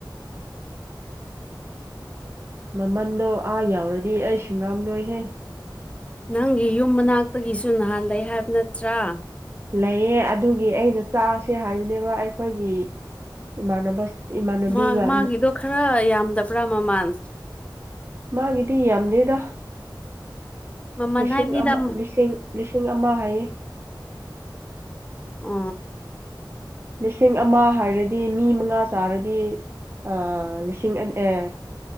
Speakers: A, on the right; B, on the left.
A: ꯃꯃꯟꯗꯣ ꯑꯥ ꯌꯥꯎꯔꯗꯤ ꯑꯩ ꯁꯨꯡꯉꯥꯝ ꯂꯣꯏꯍꯦ
B: ꯅꯪꯒꯤ ꯌꯨꯝ ꯃꯅꯥꯛꯇꯒꯤꯁꯨ ꯅꯍꯥꯟ ꯂꯩ ꯍꯥꯏꯕ ꯅꯠꯇ꯭ꯔꯥ
A: ꯂꯩꯌꯦ ꯑꯗꯨꯒꯤ ꯑꯩꯅ ꯆꯥꯁꯦ ꯍꯥꯏꯝꯅꯦꯕ ꯑꯩꯈꯣꯏꯒꯤ ꯏꯃꯥꯟꯅꯕ ꯏꯃꯥꯟꯅꯕꯤꯒ
B: ꯃꯥ ꯃꯥꯒꯤꯗꯣ ꯈꯔ ꯌꯥꯝꯗꯕ꯭ꯔꯥ ꯃꯃꯜ
A: ꯃꯥꯒꯤꯗꯤ ꯌꯥꯝꯗꯦꯗ
B: ꯃꯃꯜ
A: ꯂꯤꯁꯤꯡ
B: ꯍꯥꯏꯕꯅꯤꯗ
A: ꯑꯃ ꯂꯤꯁꯤꯡ ꯂꯤꯁꯤꯡ ꯑꯃ ꯍꯥꯏꯌꯦ
B: ꯎ
A: ꯂꯤꯁꯤꯡ ꯑꯃ ꯍꯥꯏꯔꯗꯤ ꯃꯤ ꯃꯉꯥ ꯆꯥꯔꯗꯤ ꯑ ꯂꯤꯁꯤꯡ ꯑꯅꯤ ꯑꯦ